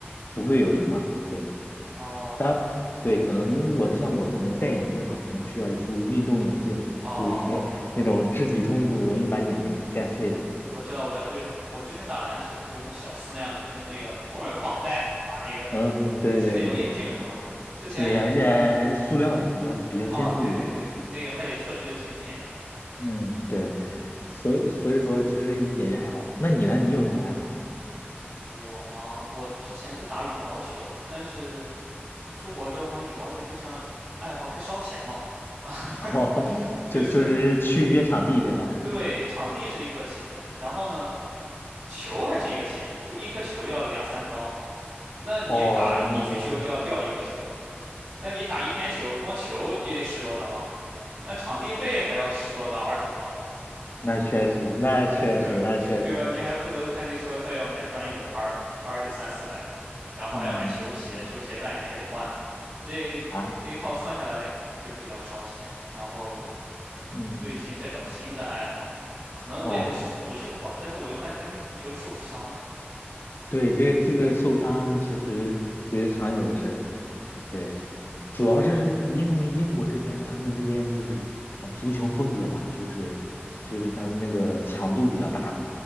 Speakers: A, on the left; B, on the right.
A: 不会有什么，对。
B: 哦
A: 当然对，可能我像我可能戴眼镜嘛，我可能需要一副运动眼镜，
B: 哦，
A: 就是因为那种肢体冲突容易把眼镜给干碎了。
B: 我知道，我知道，就是我之前打篮球，就是像小斯那样的，就是那个后面有个绑带，把那个
A: 嗯，对对对对
B: 是那种眼镜是吗？之前
A: 对，而且还还是塑料的，比较比较坚固一点。
B: 哦，对对对，那个还得特制的镜片。
A: 嗯，对，所以所以说其实也也还好。那你呢？你有什么爱好？
B: 我嘛，我之前在打羽毛球，但是出国之后发现羽毛球这项爱好太烧钱了。<laughs>
A: <laughs> 哦
B: 就是
A: 就就是去约场地对吧？
B: 对，场地是一个钱，然后呢，球还是一个钱，就一颗球要两三刀。那你打一局球就要掉一个球，
A: 哦，那边
B: 那你打一天球，光球也得十多刀，那场地费还要十多刀、二十刀，
A: 那确实，那确实，
B: <laughs>
A: 那确实，
B: 对吧？你还不能还得说再要买专业的拍儿，拍儿得三四百，然后还要买球鞋，
A: 嗯
B: 球鞋半年还得换，这这一套算下来就比较烧钱。
A: 啊，
B: 然后
A: 嗯
B: 最近在找新的爱好，可能我也会试试足球吧，
A: 哦。
B: 但是我又害担心足球受伤。
A: 对，这这个受伤其实也是常有的事儿。对，
B: 这
A: 主要是因为英国这边，他们这边就是啊，足球风格嘛，就是就是他的那个强度比较大，